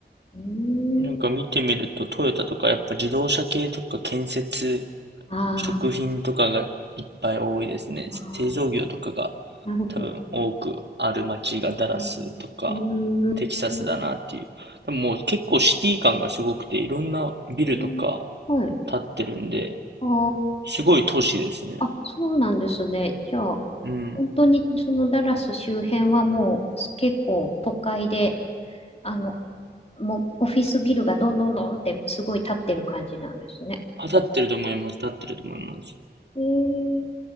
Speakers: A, on the left; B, on the right.
A: うーん。
B: なんか見てみると、トヨタとかやっぱ自動車系とか建設
A: あ
B: 食品とかがいっぱい多いですね。
A: ーあ
B: 製造業とかが
A: ー、なるほど。
B: 多分多くある街がダラスとかテキサスだなっていう。
A: うーん。うーん
B: でももう結構シティ感がすごくていろんなビルとか
A: うんはい。
B: 建ってるんで、
A: あ
B: すごい都市ですね。
A: あ、あ、そうなんですね。じゃあ、
B: うん。
A: 本当にそのダラス周辺はもうす結構都会で、あの、もうオフィスビルがどんどんどんってすごい建ってる感じなんですね。
B: あ、建ってると思います。建ってると思います。
A: えー、